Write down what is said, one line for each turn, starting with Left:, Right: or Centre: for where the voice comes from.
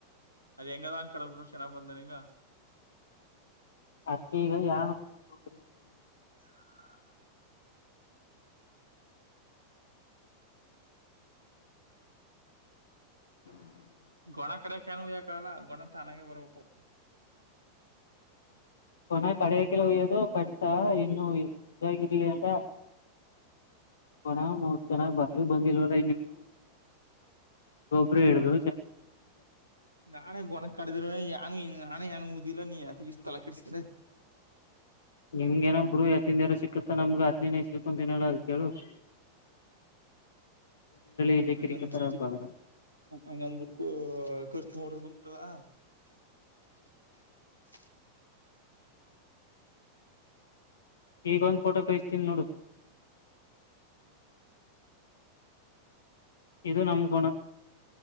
Right: ಅದ ಹೆಂಗದಾ ಕಡ ಬಿಿಟ್ರರು ಚೆನ್ನಾಗಿ್ ಬಂದಾರಂಗ
Left: ಅಕಗ ಯಾನು ಇವು ಕೊಡುಕನು <unintelligible>
Right: ಹ <unintelligible>
Left: <inaudible>
Right: ಗೊಣ ಕಡೆ ಕನು ಯಾಕಾಲ ಗೊಣ ತಾನಾಗ ಬರಬೇಕು
Left: ಕೊನ ಕಡೆಯಕಲ ಹಯ್ಯೋದು ಬಂಟ ಇನ್ನು್ಯ ಇದಾಗಿರ್ಲಿ ಅಂತ ಕೊಣತ್ ಚೆನ್ನಾಗ್ ಬರ್ಲಿ ಬಂದಿಲ್ವಲ್ಲ ಇನ್ನುವು ಗೊಬ್ರ ಹೇಳುದು
Right: ನಾನೇ ಗೊಣ ಕಡಿದರ ಯಾನು ನಾನೇದ ವಲನ್ ನೀ ಆಯತಿ ಇಷ್ಟ ತಲಕೀರ್ೆ
Left: ನಿಮ್ಗೇನೊಬ್ರು ಎತ್ತಿಂದಿರು ಸಿಕ್ಕತ್ತ ನಮ್ಗ ಆತ್ನಿನೇ ಸಿಕೊ ತಿನಲ್ಲ ಅದ ಕೇಳು <inaudible> ಈಜೆ
Right: ಅಂಗಂದು
Left: ಕಿರಿಕತರ
Right: ಬಿಡ್ತಿ
Left: ಬಂದ್ರ
Right: ಅಂಗಂದು ಬಿರ್ <unintelligible> ಉಟಾಗಾಗಾ <unintelligible>
Left: <inaudible> ಈಗ ಒಂದ್ ಫೋಟೋ ಕಳಿಸ್ತೀನಿ ನೋಡು. ಇದು ನಮ್ ಗುಣ.